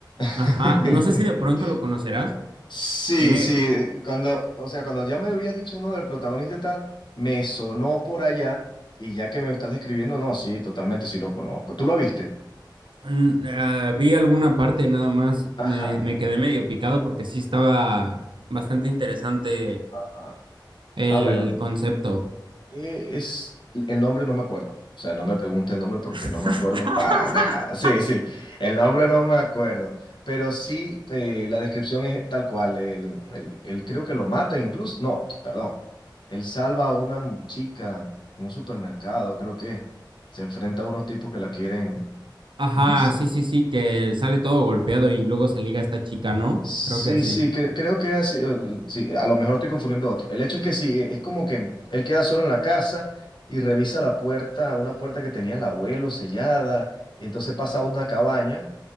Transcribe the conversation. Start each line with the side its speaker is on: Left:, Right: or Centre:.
Left: <laughs>
Right: ajá, no sé si de pronto lo conocerás.
Left: Sí,
Right: Tiene
Left: sí, eh, cuando, o sea, cuando ya me habías dicho, no, del protagonista y tal, me sonó por allá y ya que me lo estás describiendo, no, sí, totalmente sí lo conozco. ¿Tú lo viste?
Right: Mm, ah, vi alguna parte nada más,
Left: Ajá,
Right: me, me quedé medio picado porque sí estaba bastante interesante
Left: ajá.
Right: el
Left: Ah, bueno,
Right: concepto.
Left: Eh, es el nombre no me acuerdo. O sea, no me pregunte el nombre porque
Right: <laughs>
Left: no me acuerdo para nada. <laughs> Sí, sí, el nombre no me acuerdo. Pero sí, eh, la descripción es tal cual. Él, él- él creo que lo mata incluso. No, perdón. Él salva a una mu- chica en un supermercado, creo que. Se enfrenta a unos tipos que la quieren.
Right: Ajá,
Left: ¿Es ese?
Right: sí, sí, sí, que sale todo golpeado y luego se liga a esta chica, ¿no?
Left: Sí,
Right: Creo que sí.
Left: sí, cre- creo que así, eh, eh, sí, a lo mejor estoy confundiendo otro. El hecho es que sí, eh, es como que él queda solo en la casa y revisa la puerta, una puerta que tenía el abuelo sellada, y entonces pasa a una cabaña